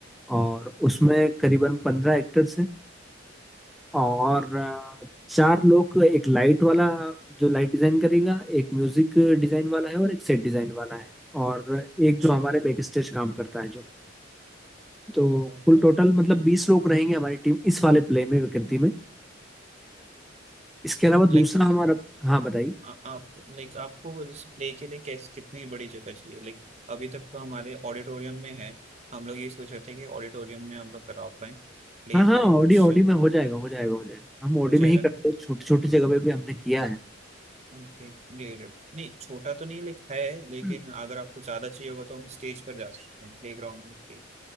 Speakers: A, in the centre; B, on the right.
A: और उसमें करीबन पंद्रह एक्टर्स हैं और
B: ग्रेट
A: अ, चार लोग एक लाइट वाला जो लाइट डिजाइन करेगा एक म्यूजिक डिजाइन वाला है और एक सेट डिजाइन वाला है और
B: अच्छा
A: एक जो हमारे बैक स्टेज काम करता है जो तो
B: ओके
A: कुल टोटल मतलब बीस लोग रहेंगे हमारी टीम इस वाले प्ले में विकृति में इसके अलावा दूसरा
B: लाइक
A: हमारा हाँ बताइए
B: आ, आप लाइक आपको इस प्ले के लिए कैस कितनी बड़ी जगह चाहिए लाइक अभी तक तो हमारे ऑडिटोरियम में है हम लोग ये सोच रहे थे कि ऑडिटोरियम में हम लोग करा पाए प्ले
A: हाँ हाँ
B: तो
A: ऑडी
B: कुछ
A: ऑडी में हो जाएगा हो जाएगा हो जाएगा हम ऑडी
B: हो जाएगा
A: में ही करते
B: ना
A: हैं छोटी छोटी
B: हाँ
A: जगह पे भी हमने किया है
B: हाँ, ठीक ये रहे। नहीं छोटा तो नहीं लाइक है लेकिन
A: हम्म।
B: अगर आपको ज्यादा चाहिए होगा तो हम स्टेज पर जा सकते हैं प्ले ग्राउंड में खेल-